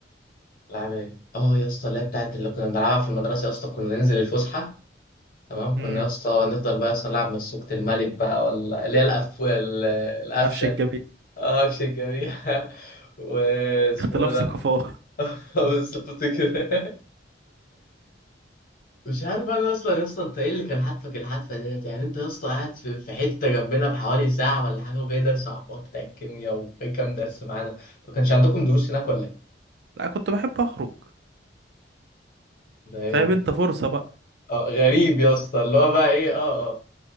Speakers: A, on the left; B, on the right.
A: لعب ايه اه يا اسطى اللي هي بتاعت اللي كنا بنلعبها في المدرسه يا اسطى كنا ننزل الفسحه تمام كنا
B: امم
A: يا اسطى نفضل بقى يا اسطى نلعب مسوكة الملك بقى ولا اللي هي القف ال- القفشه
B: قفش الجميل
A: اه قفش الجميع <laughs> واسمه
B: <laughs> اختلاف
A: ده
B: ثقافات
A: <laughs> بالظبط كده مش عارف انا اصلا يا اسطى انت ايه اللي كان حاتفك الحتفه ديت يعني انت يا اسطى قاعد في في حته جنبنا بحوالي ساعه ولا حاجه وجاي درس عبار بتاع الكيمياء وجاي كام درس معانا انتوا كانش عندكم دروس هناك ولا إيه؟
B: لا كنت بحب اخرج
A: ده ايه
B: فاهم
A: ده
B: انت فرصة بقى
A: اه غريب يا اسطى اللي هو بقى ايه اه اه